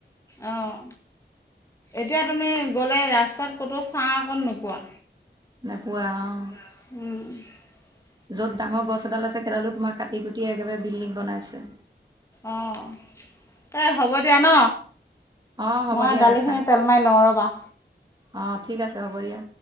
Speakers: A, on the left (about 15°); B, on the right (about 20°).
A: অহ এতিয়া তুমি গ'লে ৰাস্তাত ক'তো ছাঁ অকণ নোপোৱা।
B: নোপোৱা অহ।
A: <unintelligible>
B: য'ত ডাঙৰ গছ এডাল আছে সেইডালো তোমাৰ কাটি কুটি একেবাৰে বিল্ডিং বনাইছে।
A: অহ এ হ'ব দিয়া, ন
B: অ হ'ব
A: মই
B: দিয়া
A: দালিখিনি
B: ৰাখা
A: তেল মাৰি লওঁ ৰ'বা।
B: অ ঠিক আছে হ'ব দিয়া।